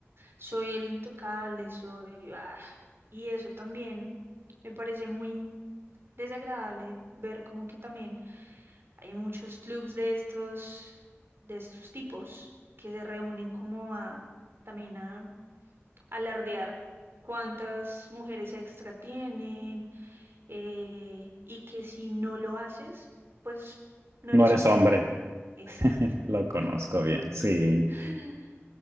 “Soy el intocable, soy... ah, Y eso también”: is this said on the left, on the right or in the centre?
Right